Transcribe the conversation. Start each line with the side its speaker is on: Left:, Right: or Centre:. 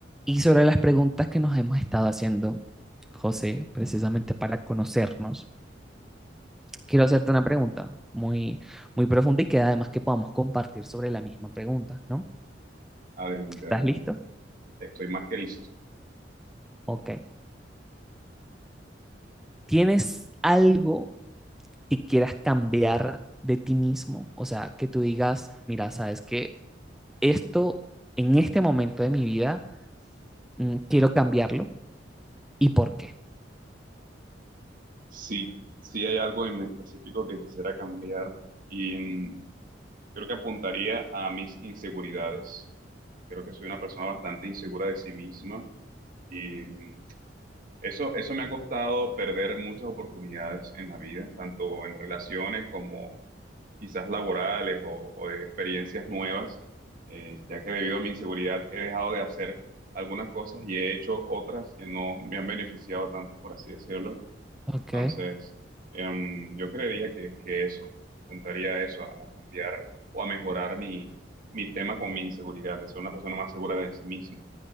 Centre: y sobre las preguntas que nos hemos estado haciendo, José, precisamente para conocernos, quiero hacerte una pregunta muy, muy profunda y que además que podamos compartir sobre la misma pregunta, ¿no?
Right: Adelante,
Centre: ¿Estás
Right: adelante.
Centre: listo?
Right: Estoy más que listo.
Centre: Ok. ¿Tienes algo que quieras cambiar de ti mismo? O sea, que tú digas, mira, sabes que esto en este momento de mi vida mm, quiero cambiarlo y por qué.
Right: Sí, sí hay algo en específico que quisiera cambiar y mm, creo que apuntaría a mis inseguridades. Creo que soy una persona bastante insegura de sí misma y mm, eso, eso me ha costado perder muchas oportunidades en la vida, tanto en relaciones como quizás laborales o, o de experiencias nuevas, eh, ya que debido a mi inseguridad he dejado de hacer algunas cosas y he hecho otras que no me han beneficiado tanto, por así decirlo.
Centre: Ok.
Right: Entonces, em, yo creería que, que eso, apuntaría a eso, a, a cambiar o a mejorar mi, mi tema con mi inseguridad, de ser una persona más segura de sí misma,